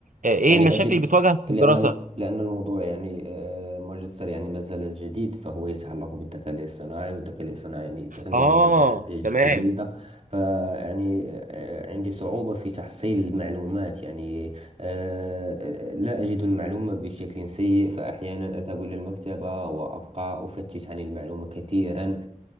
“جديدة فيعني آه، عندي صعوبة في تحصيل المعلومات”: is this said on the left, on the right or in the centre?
Right